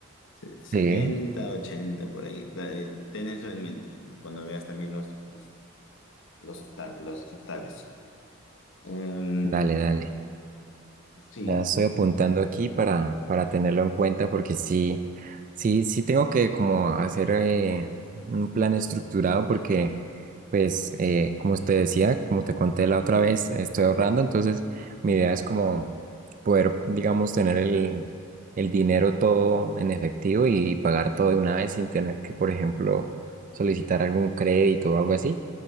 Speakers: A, on the left; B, on the right.
A: Se- 70,
B: Sí.
A: 80 por ahí. Pla- eh, Ten eso en mente, ¿no? Cuando veas también los, los, los hostal- los hostales. Eh,
B: Dale, dale.
A: sí,
B: Ya estoy apuntando aquí para, para tenerlo en cuenta porque sí, sí, sí tengo que como hacer eh, un plan estructurado porque pues eh, como te decía, como te conté la otra vez, estoy ahorrando, entonces mi idea es como poder, digamos, tener el, el dinero todo en efectivo y pagar todo de una vez sin tener que, por ejemplo, solicitar algún crédito o algo así.